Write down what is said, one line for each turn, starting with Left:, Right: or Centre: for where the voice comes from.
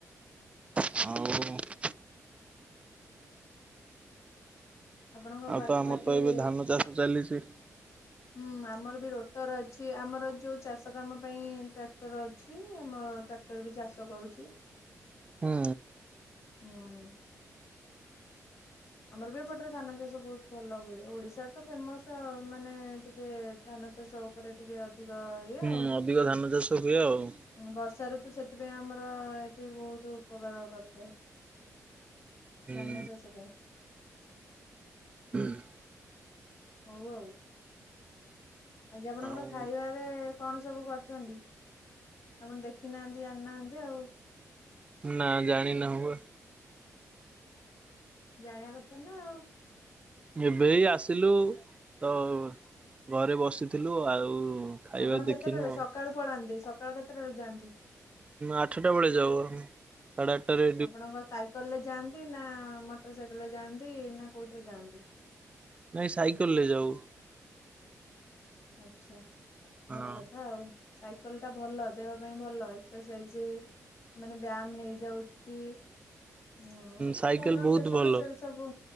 Right: ଆଉ
Left: ଆପଣଙ୍କ
Right: ଆଉ
Left: ପାଖାପାଖି
Right: ତ ଆମର ତ ଏବେ ଧାନ ଚାଷ ଚାଲିଚି।
Left: ହୁଁ ଆମର ବି ରୋଟର ଅ ଛି ଆମର ଯେଉଁ ଚାଷ କାମ ପାଇଁ ଟ୍ରାକ୍ଟର ଅଛି ଆମ ଟ୍ରାକ୍ଟର ବି ଚାଷ କରୁଚି।
Right: ହୁଁ
Left: ହୁଁ। ଆମର ବି ଏପଟ ରେ ଧାନ ଚାଷ ବହୁତ ଭଲ ହୁଏ ଓଡିଶାରେ ତ ଫେମସ ଆଉ ମାନେ ଟିକେ ଧାନ ଚାଷ ଉପରେ ଟିକେ ଅଧିକ ଇଏ
Right: ହୁଁ
Left: ଆଉ।
Right: ଅଧିକ ଧାନ ଚାଷ ହୁଏ ଆଉ।
Left: ବର୍ଷା ଋତୁ ସେଥିପାଇଁ ଆମର ଏଠି ବହୁତ ଉପକାର କରିଥାଏ।
Right: ହୁଁ
Left: ଧାନ ଚାଷ ପାଇଁ।
Right: <unintelligible>
Left: ହଉ ଆଉ। ଆଜି ଆପଣଙ୍କର
Right: ଆଉ
Left: ଖାଇବାରେ କଣ ସବୁ କରିଚନ୍ତି? ଆପଣ ଦେଖିନାହାନ୍ତି ଜାଣିନାହାନ୍ତି ଆଉ।
Right: ନା ଜାଣି ନାହୁଁ ଆ।
Left: ଜାଣିବା କଥା ନା ଆଉ।
Right: ଏବେ ଆସିଲୁ ତ ଘରେ ବସିଥିଲୁ ଆଉ। ଖାଇବା
Left: ଆପଣ କେତେଟାରୁ
Right: ଦେଖିନୁ ଆଉ।
Left: ସକାଳୁ ପଳାନ୍ତି ସକାଳୁ କେତେଟାରୁ ଯାଆନ୍ତି।
Right: ଆଠଟା ବେଳେ ଯାଉ ଆମେ। ସାଢେ ଆଠାରେ
Left: ଆପଣଙ୍କ ସାଇକେଲ ରେ ଯାଆନ୍ତି ନା ମୋଟର ସାଇକେଲ ରେ ଯାଆନ୍ତି ନା କୋଉଥିରେ ଯାଆନ୍ତି।
Right: ନାଇଁ ସାଇକେଲ ରେ ଯାଉ।
Left: ଆଛା
Right: ହଁ।
Left: ଭଲ କଥା ଆଉ ସାଇକେଲ ଟା ଭଲ ଦେବା ପାଇଁ ଭଲ। ସେ ସେ ମାନେ ବ୍ୟାୟାମ ହେଇଯାଉଛି। ହୁଁ
Right: ସାଇକେଲ
Left: ଭଲ
Right: ବହୁତ
Left: ସେ ସବୁ
Right: ଭଲ
Left: ସେ ସବୁ